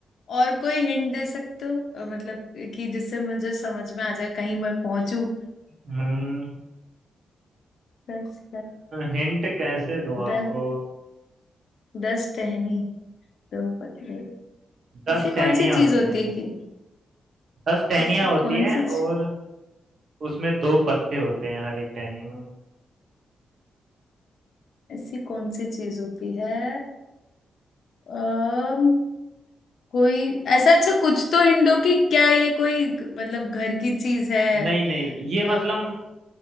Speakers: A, on the left (about 60°); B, on the right (about 50°).
A: और कोई हिंट दे सकते हो अ, मतलब कि जिससे मुझे समझ में आ जाए कहीं मैं पहुंचू
B: हम्म
A: दस
B: हिंट कैसे दूं आपको
A: दस दस टहनी दो पत्ते
B: दस
A: ऐसी
B: टहनियां
A: कौन सी चीज
B: होती
A: होती
B: है
A: है कि
B: दस टहनियां
A: ऐसी
B: होती
A: कौन
B: हैं
A: सी
B: और उसमें दो पत्ते होते हैं हर एक टहनी में
A: ऐसी कौन सी चीज होती है अम कोई ऐसा अच्छा कुछ तो हिंट दो कि क्या ये कोई मतलब घर की चीज है
B: नहीं नहीं ये
A: अ,
B: मतलब